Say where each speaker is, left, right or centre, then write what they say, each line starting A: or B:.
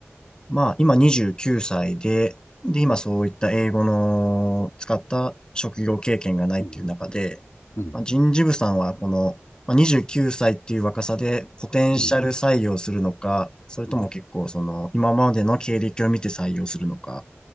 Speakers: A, on the left; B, on the left.
A: まあ、今29歳で、で、今そういった英語の使った職業経験がないっていう中で、
B: うん。う
A: まあ、人事部さんはこの、まあ、29歳っていう若さでポテンシャル採用するのか、
B: ん。
A: それとも結構その今までの経歴を見て採用するのか、
B: うん